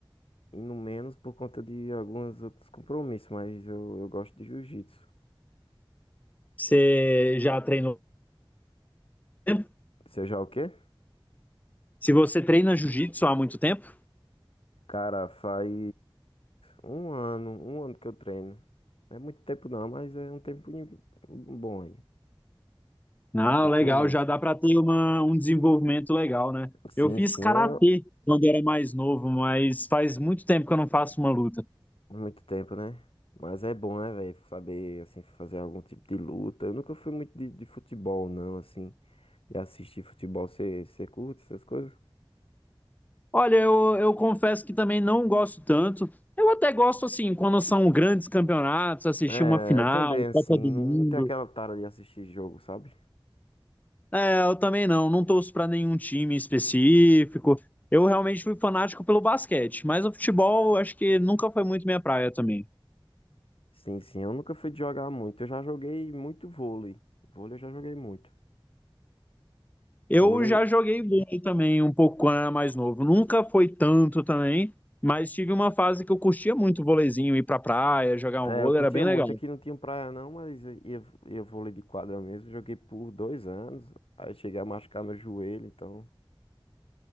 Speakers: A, on the left; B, on the left.
A: indo menos por conta de alguns outros compromissos, mas eu, eu gosto de jiu-jitsu.
B: Você já treinou há muito tempo?
A: Você já o quê?
B: Se você treina jiu-jitsu há muito tempo,
A: Cara, faz um ano, um ano que eu treino. Não é muito tempo não, mas é um tempinho bom aí.
B: Ah,
A: Um tempinho
B: legal,
A: massa.
B: já dá para ter uma, um desenvolvimento legal, né?
A: Sim,
B: Eu fiz
A: sim,
B: karatê
A: é,
B: quando era mais novo, mas faz muito tempo que eu não faço uma luta.
A: Muito tempo, né? Mas é bom, né, velho? Saber, assim, fazer algum tipo de luta. Eu nunca fui muito de, de futebol, não, assim. E assistir futebol, você curte essas coisas?
B: Olha, eu, eu confesso que também não gosto tanto. Eu até gosto, assim, quando são grandes campeonatos, assistir
A: É,
B: uma final,
A: eu também, assim,
B: Copa do
A: não,
B: Mundo.
A: não tenho aquela tara de assistir jogo, sabe?
B: É, eu também não, não torço para nenhum time específico. Eu realmente fui fanático pelo basquete, mas o futebol acho que nunca foi muito minha praia também.
A: Sim, sim, eu nunca fui de jogar muito. Eu já joguei muito vôlei. Vôlei eu já joguei muito.
B: Eu
A: Vôlei.
B: já joguei vôlei também um pouco quando era mais novo. Nunca foi tanto também, mas tive uma fase que eu curtia muito o vôleizinho, ir pra praia, jogar
A: É,
B: um vôlei,
A: eu curtia
B: era bem
A: muito.
B: legal.
A: Aqui não tinha praia, não, mas ia, ia vôlei de quadra mesmo. Joguei por dois anos. Aí cheguei a machucar meu joelho, então.